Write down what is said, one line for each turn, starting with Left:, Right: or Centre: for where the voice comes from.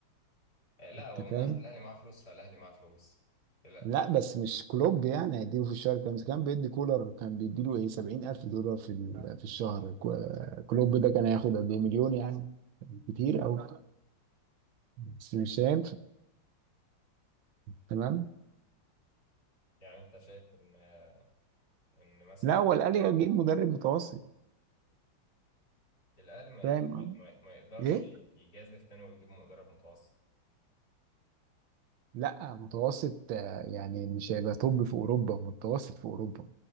Left: آه، لا
Right: انت
Left: هو
Right: فاهم
Left: من ناحية الاهلي معاه فلوس فالاهلي معاه فلوس متقلقش
Right: لا بس مش كلوب يعني هيديله في الشهر كام كان بيدي كولر كان بيديله ايه 70000 دولار في ال- في الشهر كو- كلوب ده كان هياخد قد ايه مليون يعني كتير أوي بس مش هينفع تمام
Left: يعني انت شايف ان آه، ان مثلا
Right: لا هو الأهلي هيجيب مدرب متوسط
Left: الاهلي ما
Right: فاهم
Left: ي- ما
Right: اه
Left: ي- ما ي- ما يقدرش
Right: ايه
Left: يجازف تاني ويجيب مدرب متوسط
Right: لا متوسط آه، يعني مش هيبقى توب في اوروبا متوسط في اوروبا